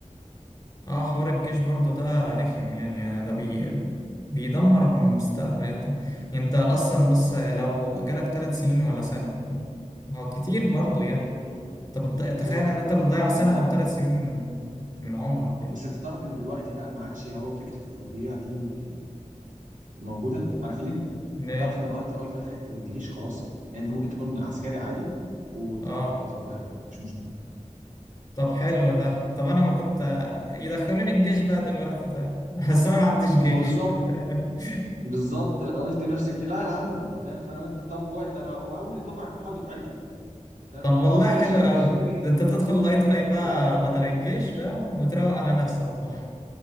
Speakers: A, on the left; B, on the right.
A: اه حوار الجيش برضو ده رخم يعني ده بي بيدمر المستقبل يا طب انت اصلا بص لو جالك ثلاث سنين ولا سنة هو كتير برضو يعني
B: مم.
A: طب بتض- تخيل
B: ما هو كتير
A: ان انت
B: برضه
A: بتضيع
B: في حالتين
A: سنة او ثلاث سنين من من عمرك يعني
B: بس انت تعرف ان دلوقتي بقى ما عادش هو فكره التضييع دي موجوده عارف ليه؟
A: ليه
B: تعرف ان الاي تي اي فتحت في الجيش خلاص يعني انت ممكن تكون عسكري عادي وتاخد
A: اه
B: في الاي تي اي عادي مش مشكله
A: طب حلو ده طب انا ما كنت يدخلوني الجيش بقى دلوقتي طيب <laughs> بس انا ما عنديش جيش
B: هو بالظبط
A: <laughs>
B: بالظبط انا قلت نفسك لا انا عندي فاهم فانا قلت طب كويس ده انا واول دفعه يفتحوها دفعتي فاهم
A: طب
B: فانا
A: والله
B: قلت ماشي
A: حلو
B: يا
A: قوي
B: باشا يا ريت
A: ده انت تدخل الاي تي اي بقى
B: يا ريت
A: بدل الجيش فاهم وتروق على نفسك <laughs>